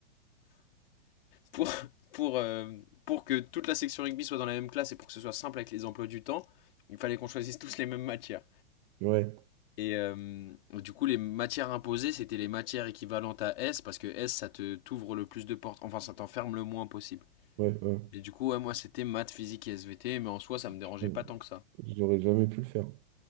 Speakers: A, on the left (about 60°); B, on the right (about 45°).
A: pour, pour, euh, pour que toute la section rugby soit dans la même classe et pour que ce soit simple avec les emplois du temps, il fallait qu'on choisisse tous les mêmes matières.
B: ouais,
A: Et euh, du coup, les matières imposées, c'était les matières équivalentes à S, parce que S, ça te t'ouvre le plus de portes, enfin, ça t'enferme le moins possible.
B: ouais, ouais.
A: Et du coup, ouais, moi, c'était maths, physique et SVT, mais en soi, ça me dérangeait
B: Putain,
A: pas tant que ça.
B: J'aurais jamais pu le faire.